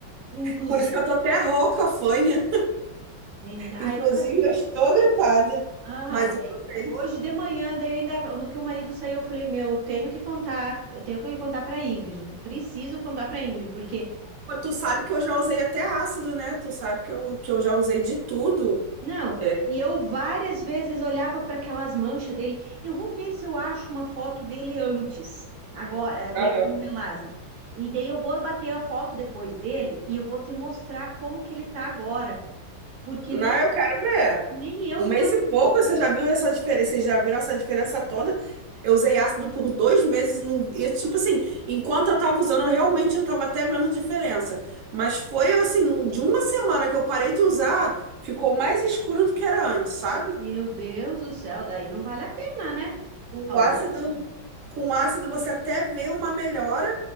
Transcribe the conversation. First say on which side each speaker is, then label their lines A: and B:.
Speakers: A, on the right; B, on the right.
A: inclusive,
B: Por isso que eu tô até rouca, fanha.
A: menina.
B: Inclusive,
A: Aí eu falei assim,
B: eu estou gripada,
A: ah,
B: mas
A: daí,
B: eu comprei.
A: hoje de manhã, daí ainda no que o marido saiu, eu falei, meu, eu tenho que contar, eu tenho que contar para Ingrid, preciso contar para Ingrid, porque
B: Pô, Tu sabe que eu já usei até ácido, né? Tu sabe que eu, que eu já usei de tudo.
A: Não,
B: É.
A: e eu várias vezes olhava para aquelas manchas dele. Eu vou ver se eu acho uma foto dele antes, agora, né,
B: Aham.
A: com o Melaza. E daí eu vou bater a foto depois dele e eu vou te mostrar como que ele tá agora, porque
B: Não,
A: nem,
B: eu quero ver.
A: nem eu
B: Um
A: não
B: mês
A: acreditei.
B: e pouco, você já viu essa diferença? Vocês já viram essa diferença toda? Eu usei ácido por dois meses. No... E, tipo assim, enquanto eu tava usando, realmente eu tava até vendo diferença. Mas foi assim, num- de uma semana que eu parei de usar, ficou mais escuro do que era antes, sabe?
A: Meu Deus do céu, daí não vale a pena, né?
B: O
A: Tá louco?
B: ácido, com o ácido você até vê uma melhora,